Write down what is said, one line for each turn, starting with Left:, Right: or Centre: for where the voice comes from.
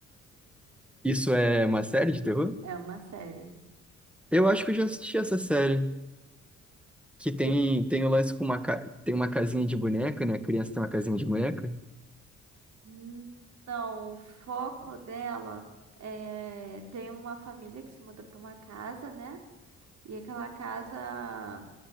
Centre: Isso é uma série de terror?
Right: É uma série.
Centre: Eu acho que eu já assisti essa série, que tem
Right: Eu...
Centre: tem o lance com uma ca- tem uma casinha de boneca, né? A criança tem uma casinha de boneca.
Right: Hum, Não, o foco dela é... Tem uma família que se muda para uma casa, né? E aquela casa